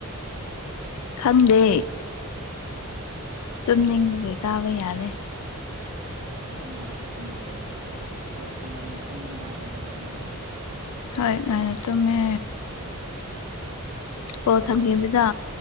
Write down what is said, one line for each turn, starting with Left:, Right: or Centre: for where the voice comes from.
Left: ꯈꯪꯗꯦ
Right: ꯀꯩꯒꯤ
Left: ꯇꯨꯝꯅꯤꯡꯕꯒꯤ ꯀꯥꯕ ꯌꯥꯗꯦ
Right: ꯈꯔ ꯈꯔ ꯉꯟꯅ ꯇꯨꯝꯃꯣꯗꯅ ꯅꯨꯃꯤꯠꯁꯨ ꯍꯣꯏ ꯉꯟꯅ ꯇꯨꯝꯕ ꯃꯥꯜꯂꯦꯗꯀꯣ ꯉꯔꯥꯡꯗꯤ
Left: ꯍꯣꯏ ꯉꯟꯅ ꯇꯨꯝꯃꯦ ꯀꯣꯜ
Right: ꯍꯧꯒꯠꯄ
Left: ꯊꯝꯈꯤꯕꯗꯣ